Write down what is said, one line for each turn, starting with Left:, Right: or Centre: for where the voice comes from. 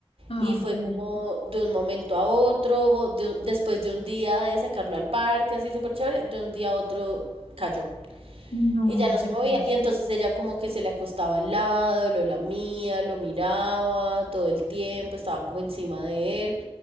Left: Ah,
Right: y fue
Left: ok.
Right: como de un momento a otro, de un- después de un día de sacarlo al parque, así súper chévere, de un día a otro cayó.
Left: No,
Right: Y ya no se
Left: qué
Right: movía.
Left: cosa.
Right: Y entonces ella como que se le acostaba al lado, lo lamía, lo miraba todo el tiempo, estaba como encima de él.